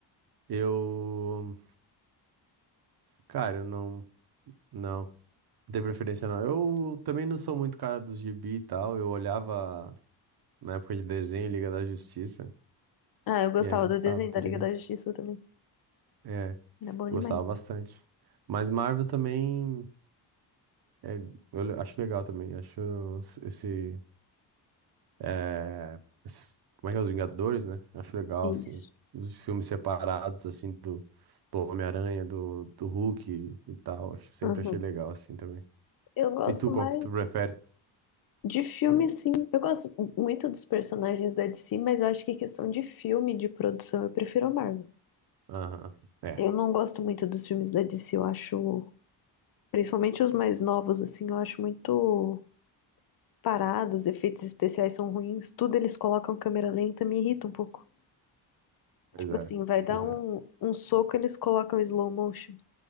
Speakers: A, on the right; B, on the left.
A: eu. Cara, eu não. Não, não tenho preferência, não. Eu também não sou muito cara dos gibi e tal. Eu olhava na época de desenho, Liga da Justiça,
B: Ah, eu gostava
A: e aí eu gostava,
B: do desenho
A: tá
B: da
A: ligado?
B: Liga da Justiça também.
A: É,
B: Era bom
A: gostava
B: demais.
A: bastante. Mas Marvel também. é, eu le- acho legal também, acho esse É, esses- como é que é? Os Vingadores, né? Acho legal,
B: É isso.
A: assim. Os filmes separados, assim, do, do Homem-Aranha, do, do Hulk e e tal. Acho- Sempre
B: Uhum.
A: achei legal, assim, também.
B: Eu gosto
A: E tu,
B: mais.
A: qual que tu prefere?
B: De filme, sim. Eu gosto muito dos personagens da DC, mas eu acho que questão de filme, de produção, eu prefiro a Marvel.
A: Aham. É,
B: Eu não gosto muito dos filmes da DC, eu acho, principalmente os mais novos, assim, eu acho muito parados, os efeitos especiais são ruins, tudo eles colocam câmera lenta, me irrita um pouco.
A: pois
B: Tipo
A: é.
B: assim, vai dar
A: Pois
B: um,
A: é.
B: um soco, eles colocam slow motion.